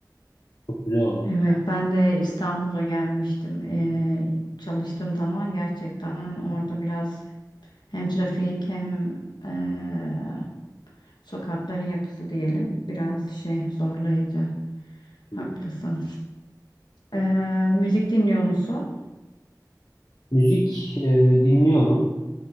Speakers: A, on the left; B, on the left.
A: Çok güzel olurdu
B: Evet
A: yani.
B: ben de İstanbul'a gelmiştim. Ee, çalıştığım zaman gerçekten orada biraz hem trafik hem eee, sokakların yapısı diyelim biraz şey zorlayıcı. Haklısın.
A: Hı hı.
B: Ee, müzik dinliyor musun?
A: Müzik e, dinliyorum.